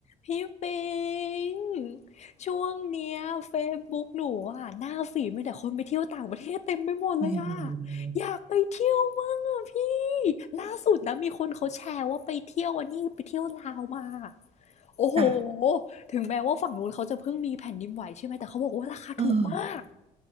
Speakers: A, on the left; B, on the right.
A: พี่ปิง ช่วงเนี้ย Facebook หนูอ่ะหน้าฝีดมีแต่คนไปเที่ยวต่างประเทศเต็มไปหมดเลยอ่ะ
B: โอ้โห
A: อยากไปเที่ยวมั่งอ่ะพี่ล่าสุดนะมีคนเขาแชร์ว่าไปเที่ยวอันนี้ไปเที่ยวลาวมาโอ้โห
B: จ้ะ
A: ถึงแม้ว่าฝั่งนู้นเขาจะเพิ่งมีแผ่นดินไหวใช่ไหมแต่เขาบอกว่าราคาถูกมาก
B: เออ